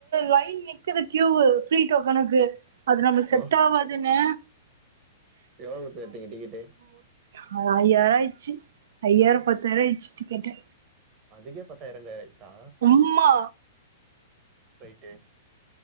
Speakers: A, on the right; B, on the right.
A: லைன் நிக்குது கியூ ஃப்ரிடோக்கனுக்கு அது நம்மக்கு
B: ஓ
A: செட் ஆவாதுன்னு
B: எவ்ளோ குடுத்து எட்திங்க டிக்கெட்டு
A: ஆ ஐயாயிரம் ஆய்டுச்சு ஐயாயிரோ பத்தாயிரோ ஆய்டுச்சு கேட்டே
B: அதுக்கே பத்தாயிரோ <unintelligible> சா
A: உம்மா
B: ரைட்டே